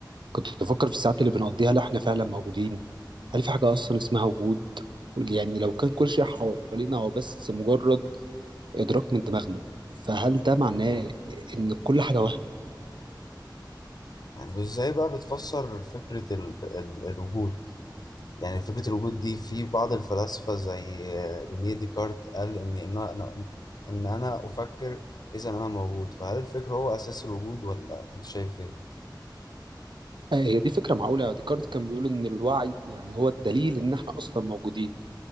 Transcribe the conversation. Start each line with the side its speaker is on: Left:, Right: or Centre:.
Right: كنت بفكر في الساعات اللي بنقضيها لا احنا فعلا موجودين هل في حاجه اصلا اسمها وجود يعني لو كان كل شيء حوالينا هو بس مجرد ادراك من دماغنا فهل ده معناه ان كل حاجه وهم
Left: يعني وازاي بقى بتفسر فكرة ال ال الوجود يعني فكرة الوجود دي في بعض الفلاسفة زي آه، رينيه ديكارت قال ان ان انا ان انا افكر اذا انا موجود فهل الفكر هو اساس الوجود ولا انت شايف ايه
Right: آه هي دي فكره معقوله يعني ديكارت كان بيقول ان الوعي يعني هو الدليل ان احنا اصلا موجودين